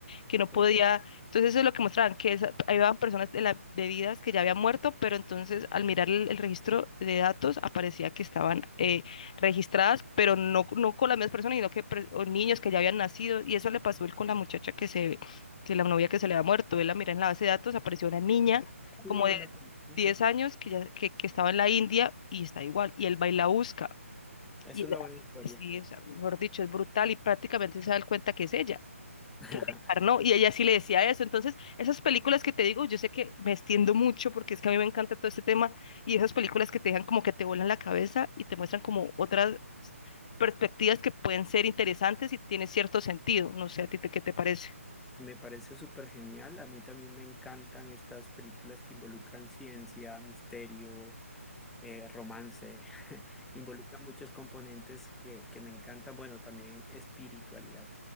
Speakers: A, on the left; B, in the centre.
A: que no podía.
B: Sí.
A: Entonces eso es lo que mostraban, que esa- ahí iban personas de, la, de vidas que ya habían muerto, pero entonces al mirar el, el registro de datos aparecía que estaban eh, registradas, pero no, no con las mismas personas, sino que pre- o niños que ya habían nacido. Y eso le pasó él con la muchacha que se, que la novia que se le había muerto. Él la mira en la base de datos, apareció una niña
B: Es
A: como
B: una buena
A: de
B: película.
A: 10 años que, ya, que, que estaba en la India y está igual. Y él va y la busca.
B: Es
A: Y él-
B: una buena historia.
A: sí, o sea, mejor dicho, es brutal y prácticamente se da cuenta que es ella
B: <laughs>
A: que dejar, ¿no? Y ella sí le decía eso. Entonces, esas películas que te digo, yo sé que me extiendo mucho porque es que a mí me encanta todo este tema y esas películas que te dejan como que te vuelan la cabeza y te muestran como otras perspectivas que pueden ser interesantes y tiene cierto sentido. No sé, ¿a ti te- qué te parece?
B: Me parece súper genial. A mí también me encantan estas películas que involucran ciencia, misterio, eh, romance. Involucra muchos componentes que, que me encantan. Bueno, también espiritualidad.